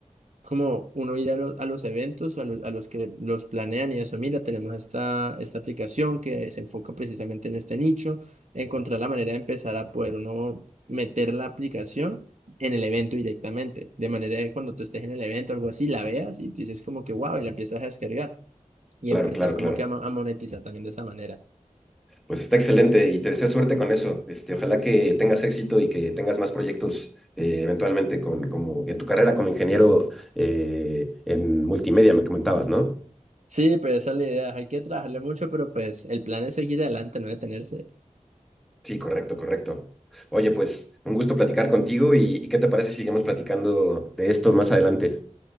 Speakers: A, on the right; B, in the centre.
A: como uno ir a, lo- a los eventos, a, lo- a los que los planean y eso, mira, tenemos esta, esta aplicación que se enfoca precisamente en este nicho, encontrar la manera de empezar a poder uno meter la aplicación. en el evento directamente, de manera que cuando tú estés en el evento o algo así, la veas y dices como que wow, y la empiezas a descargar y
B: Claro,
A: empezar
B: claro,
A: como
B: claro.
A: que a, mo- a monetizar también de esa manera.
B: Pues está excelente y te deseo suerte con eso. Este, ojalá que tengas éxito y que tengas más proyectos eh, eventualmente con, como en tu carrera como ingeniero eh, en multimedia, me comentabas, ¿no?
A: Sí, pues esa es la idea. Hay que trabajarle mucho, pero pues el plan es seguir adelante, no detenerse.
B: Sí, correcto, correcto. Oye, pues un gusto platicar contigo y, y ¿qué te parece si seguimos platicando de esto más adelante?